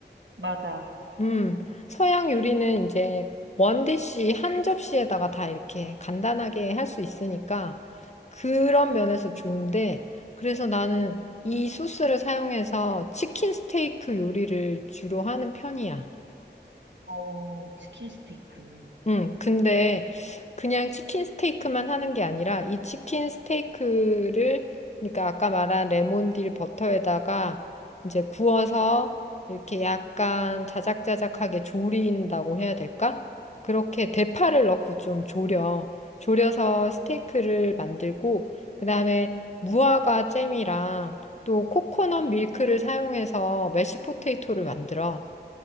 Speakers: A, on the right; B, on the left.
A: 맞아.
B: 음, 서양 요리는 이제 원디시 한 접시에다가 다 이렇게 간단하게 할 수 있으니까 그런 면에서 좋은데 그래서 나는 이 소스를 사용해서 치킨 스테이크 요리를 주로 하는 편이야.
A: 어, 치킨 스테이크.
B: 음, 근데 그냥 치킨 스테이크만 하는 게 아니라 이 치킨 스테이크를 그러니까 아까 말한 레몬딜 버터에다가 이제 구워서 이렇게 약간 자작자작하게 조린다고 해야 될까? 그렇게 대파를 넣고 좀 조려. 조려서 스테이크를 만들고 그다음에 무화과 잼이랑 또 코코넛 밀크를 사용해서 메쉬 포테이토를 만들어.